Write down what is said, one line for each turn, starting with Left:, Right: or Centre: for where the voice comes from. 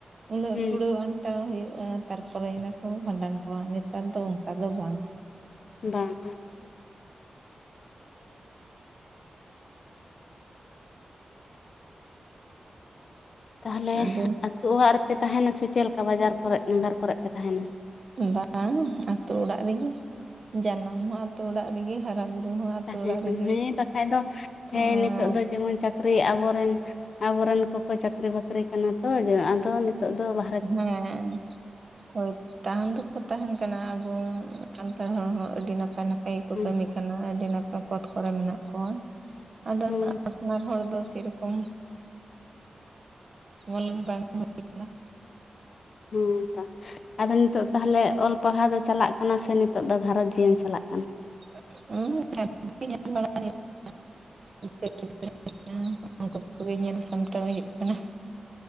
Right: ᱩᱱᱟᱹᱜ
Left: ᱦᱩᱸ
Right: ᱠᱩᱲᱟᱹᱣ ᱟᱱ ᱟᱱᱴᱟᱣ ᱦᱩᱭᱩᱜᱼᱟ ᱛᱟᱨᱯᱚᱨᱮ ᱤᱱᱟ ᱠᱚ ᱵᱷᱟᱸᱰᱟᱱ ᱠᱚᱣᱟ ᱱᱮᱛᱟᱨ ᱫᱚ ᱚᱱᱠᱟ ᱫᱚ ᱵᱟᱝ
Left: ᱵᱟᱝ ᱛᱟᱦᱚᱞᱮ
Right: ᱟᱫᱚ
Left: ᱟᱹᱛᱩ ᱚᱲᱟᱜ ᱨᱮᱯᱮ ᱛᱟᱦᱮᱱᱟ ᱥᱮ ᱪᱮᱞᱮᱠᱟ ᱵᱟᱡᱟᱨ ᱠᱚᱨᱮᱫ ᱱᱟᱜᱟᱨ ᱠᱚᱨᱮᱫ ᱯᱮ ᱛᱟᱦᱮᱱᱟ
Right: ᱵᱟᱝ ᱟᱛᱩ ᱚᱲᱟᱜ ᱨᱮᱜᱮ ᱡᱟᱱᱟᱢ ᱦᱚ ᱟᱛᱩ ᱚᱲᱟᱜ ᱨᱮᱜᱤ ᱦᱟᱨᱟ ᱵᱩᱨᱩ ᱦᱚᱸ ᱟᱛᱳ
Left: ᱛᱟᱦᱮᱸ
Right: ᱚᱲᱟᱜ ᱨᱮᱜᱮ
Left: ᱦᱮᱸ ᱵᱟᱠᱷᱟᱡᱽ ᱫᱚ
Right: ᱟᱨ
Left: ᱦᱮᱸ ᱱᱤᱛᱚᱜ ᱫᱚ ᱡᱮᱢᱚᱱ ᱪᱟᱹᱠᱨᱤ ᱟᱵᱚᱨᱮᱱ ᱟᱵᱚᱨᱮᱱ ᱠᱚᱠᱚ ᱪᱟᱹᱠᱨᱤ ᱵᱟᱹᱠᱨᱤ ᱠᱟᱱᱟ ᱛᱚ ᱟᱫᱚ ᱱᱤᱛᱚᱜ ᱫᱚ ᱵᱟ
Right: ᱦᱮᱸ ᱦᱳᱭ ᱛᱟᱦᱮᱱ ᱫᱚᱠᱚ ᱛᱟᱦᱮᱱ ᱠᱟᱱᱟ ᱟᱵᱚ ᱥᱟᱱᱛᱟᱲ ᱦᱚᱲ ᱦᱚᱸ ᱟᱹᱰᱤ ᱱᱟᱯᱟᱭ ᱱᱟᱯᱟᱭ ᱜᱮᱠᱚ
Left: ᱦᱮᱸ
Right: ᱠᱟᱹᱢᱤ ᱠᱟᱱᱟ᱾ ᱟᱹᱰᱤ ᱱᱟᱯᱟᱭ ᱯᱚᱛ ᱠᱚᱨᱮ ᱢᱮᱱᱟᱜ ᱠᱚᱣᱟ ᱟᱫᱚ
Left: ᱦᱮᱸ
Right: ᱟᱯᱱᱟᱨ ᱦᱚᱲ ᱫᱚ ᱥᱮᱨᱚᱠᱚᱢ ᱵᱚᱞᱚᱱ ᱵᱟᱝ ᱦᱩᱭ ᱠᱟᱱᱟ᱾
Left: ᱦᱮᱸ ᱛᱚ ᱟᱫᱚ ᱱᱤᱛᱚᱜ ᱛᱟᱦᱚᱞᱮ ᱚᱞ ᱯᱟᱲᱦᱟᱣ ᱫᱚ ᱪᱟᱞᱟᱜ ᱠᱟᱱᱟ ᱥᱮ ᱱᱤᱛᱚᱜ ᱫᱚ ᱜᱷᱟᱨᱚᱸᱡᱽ ᱡᱤᱭᱚᱢ ᱪᱟᱞᱟᱜ ᱠᱟᱱᱟ᱾
Right: <unintelligible> <unintelligible> ᱩᱱᱠᱩ ᱠᱚᱜᱮ ᱧᱮᱞ ᱥᱟᱢᱴᱟᱣ ᱦᱩᱭᱩᱜ ᱠᱟᱱᱟ᱾